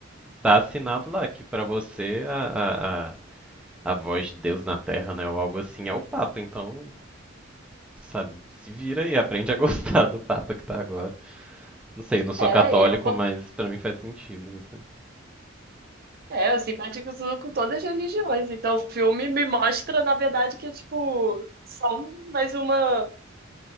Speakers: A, in the centre; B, on the right (about 50°).
A: tá assinado lá que pra você a, a, a, a voz de Deus na Terra, né, ou algo assim, é o Papa. Então, sabe, se vira e aprende a gostar do Papa que tá agora. Não sei, eu não sou
B: é,
A: católico,
B: e é um pouco
A: mas pra mim faz sentido isso.
B: É, eu simpatizo com todas as religiões. Então, o filme me mostra, na verdade, que é tipo só mais uma,